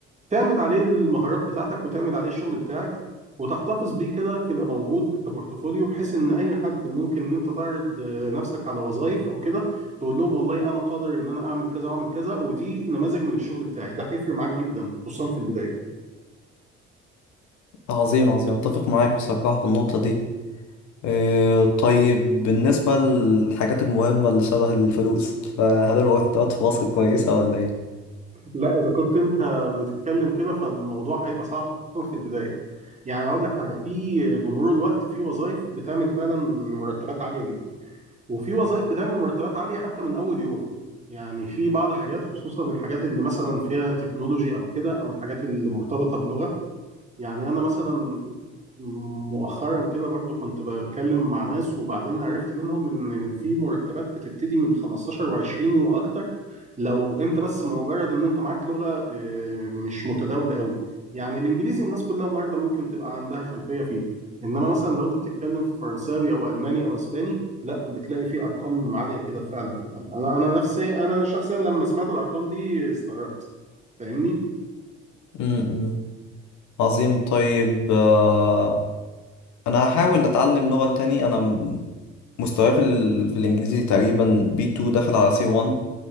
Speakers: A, on the right; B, on the left.
A: تعمل عليه المهارات بتاعتك وتعمل عليه الشغل بتاعك وتحتفظ بيه كده يبقى موجود كبورتفوليو بحيث ان اي حد ممكن ان انت تعرض آه، نفسك على وظائف او كده تقول لهم والله انا قادر ان انا اعمل كذا واعمل كذا ودي نماذج من الشغل بتاعي ده هيفرق معاك جدا خصوصا في البدايه
B: عظيم عظيم أتفق معاك بصراحة في النقطة دي آه، طيب بالنسبة للحاجات المهمة اللي شبه الفلوس فهل المرتبات في مصر كويسة ولا إيه؟
A: لا اذا كنت انت بتتكلم كده فالموضوع هيبقى صعب خصوصا في البدايه يعني هقول لك حاجه في بمرور الوقت في وظائف بتعمل فعلا مرتبات عاليه جدا وفي وظائف بتعمل مرتبات عاليه حتى من اول يوم يعني في بعض حاجات خصوصا الحاجات اللي مثلا فيها تكنولوجي او كده او الحاجات اللي مرتبطه بلغه يعني انا مثلا مؤخرا كده برضو كنت بتكلم مع ناس وبعدين عرفت منهم ان في مرتبات بتبتدي من 15 و20 واكتر لو انت بس مجرد ان انت معاك لغة آه، مش متداولة قوي يعني الانجليزي الناس كلها النهارده ممكن تبقى عندها خلفية فيه انما مثلا لو انت بتتكلم في فرنساوي او الماني او اسباني لا بتلاقي فيه ارقام عالية كده فعلا يعني انا انا نفسي انا شخصيا لما سمعت الارقام دي استغربت فاهمني
B: م-م. عظيم طيب آه، أنا هحاول أتعلم لغة تاني أنا م- مستواي في, ال... في الإنجليزي تقريبا B2 داخل على C1